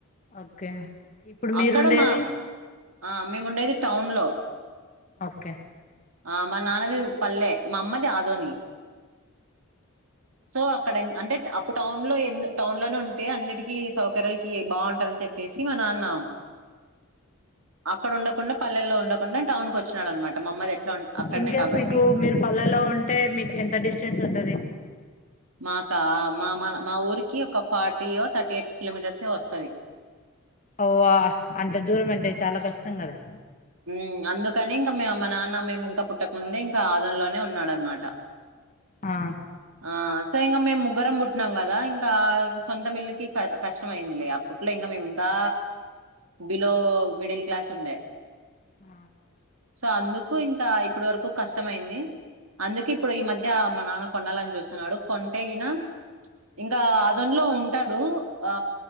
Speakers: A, on the left; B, on the right.
A: ఓకే ఇప్పుడు మీరు
B: అక్కడ
A: ఉండేది.
B: మా ఆ మేము ఉండేది టౌన్ లో
A: ఓకే
B: ఆ మా నాన్నది పల్లె. మా అమ్మది ఆధోని. సో అక్కడ న్ అంటే అప్పుడు టౌన్ లో ఎల్ టౌన్ లోనే ఉంటే అన్నిటికీ సౌకర్యాలకి బావుంటది అని చెప్పే సి మా నాన్న అక్కడ ఉండకుండా పల్లెల్లో ఉండకుండా టౌన్ కి వచ్చినాడు అనమాట. మా అమ్మది ఎట్లా ఉం- అక్కడనే
A: ఇన్ కేేస్
B: కాబట్టి
A: మీకు మీరు పల్లెల్లో ఉంటే మీకు ఎంత డిస్టెన్స్ ఉంటది.
B: మాకా మా మా మా ఊరికి ఒక ఫార్టీ యొ థర్టీ ఎయిట్ కిలోమీటర్సే వస్తది.
A: ఓవా అంత దూరం అంటే చాలా కష్టం కదా.
B: ఉమ్ అందుకని ఇంకా మే మా నాన్న మేము ఇంకా పుట్టకముందే ఇంకా ఆదొనోలోనే ఉన్నాడనమాట.
A: ఆ
B: ఆ సో ఇంకా మేము ముగ్గురం పుట్టిన్నాం కదా. ఇంకా సొంతం ఇల్లు కి క కష్టం అయిందిలే అప్పట్లో ఇంకా మేము ఇంకా బిలో మిడిల్ క్లాస్ ఉండే
A: అ
B: సో అందుకు ఇంకా ఇప్పుడు వరకు కష్టమయింది. అందుకె ఇప్పుడు ఈ మధ్య నాన్న కొనాలని చూస్తున్నాడు కొంటేగిన ఇంకా అదన్లో ఉంటడు. ఆ